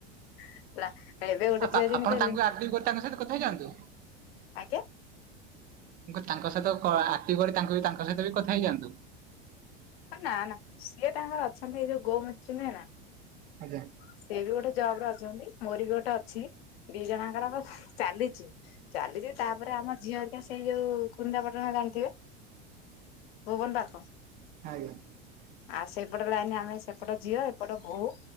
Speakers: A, on the left; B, on the right.
A: ହେଲା ଏବେ ଗୋଟେ
B: ଆପା
A: ଝିଅ ଯେମିତି
B: ଆପଣ
A: କହିଲେ
B: ତାଙ୍କୁ ଆକ୍ଟିଭ କରି ତାଙ୍କ ସହିତ କଥା ହେଇଯାଆନ୍ତୁ।
A: ଆଜ୍ଞା?
B: ମୁଁ କହିଲି ତାଙ୍କ ସହିତ କ ଆକ୍ଟିଭ୍ କରି ତାଙ୍କୁ ବି ତାଙ୍କ ସହିତ ବି କଥା ହେଇଯାଆନ୍ତୁ।
A: ଅ ନା ନା ସିଏ ତାଙ୍କର ଅଛନ୍ତି ଏଇ ଯୋଉ ଗୋ ମିଚି ନୁହେଁ ନା?
B: ଆଜ୍ଞା।
A: ସେ ବି ଗୋଟେ ଜବ୍ ରେ ଅଛନ୍ତି ମୋର ବି ଗୋଟେ ଅଛି ଦି ଜଣାଙ୍କର ଆମର ଚାଲିଛି। ଚାଲିଛି ତାପରେ ଆମ ଝିଅ ହେରୀକା ସେଇ ଯୋଉ କୁନିନ୍ଦା ପାଟଣା ଜାଣିଥିବେ? କୁନ୍ଦା କ?
B: ଆଜ୍ଞା।
A: ଆଉ ସେପଟ ଲାଇନ୍ ଆମେ ସେପଟ ଝିଅ ଏପଟ ବୋହୁ।